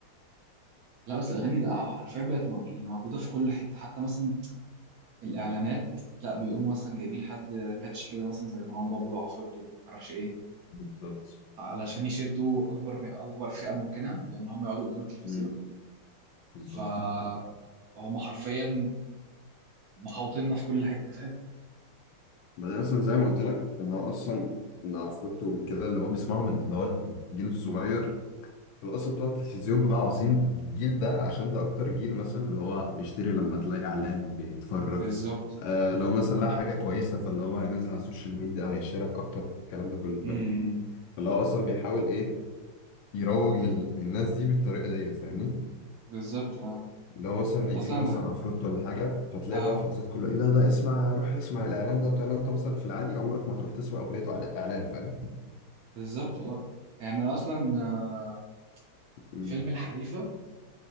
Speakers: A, on the right; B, on the left.
A: لا بس الاغاني ده آه، حرفيا بقت مو- يعني موجوده في كل حته حتى مثلا الاعلانات لا بيقوموا مثلا جايبين حد كاتشي كده مثلا زي مروان بابلو وعفروتو معرفش ايه
B: بالظبط
A: علشان يشدوا اكبر م- اكبر فئه ممكنه لان هم يقعدوا قدام التلفزيون
B: امم بالظبط
A: فهم حرفيا محاوطيننا في كل حته فاهم
B: بعدين اصلا زي ما قلت لك ان هو اصلا ان افريقيا وكده اللي هو بيسمعهم اللي هو الجيل الصغير احنا اصلا بتوع التلفزيون بقى عاوزين الجيل ده عشان ده اكتر جيل مثلا اللي هو بيشتري لما تلاقي اعلان بيتفرج
A: بالظبط
B: آه لو مثلا لقى حاجه كويسه فاللي هو هينزل على السوشيال ميديا هيشارك اكتر الكلام ده كله فاهم
A: امم
B: فاللي هو اصلا بيحاول ايه يروج لل... للناس دي بالطريقه ديت فاهمني
A: بالظبط اه
B: اللي هو مثلا يجيب
A: اصلا
B: مثلا عفروت ولا حاجه فتلاقي
A: اه
B: بقى فانزات كله ايه ده ده اسمع روح اسمع الاعلان ده بتاع انت مثلا في العادي عمرك ما تروح تسمع اغنيه إعلا- اعلان فاهم
A: بالظبط اه يعني أنا اصلا آه،
B: مم.
A: فيلم الحريفه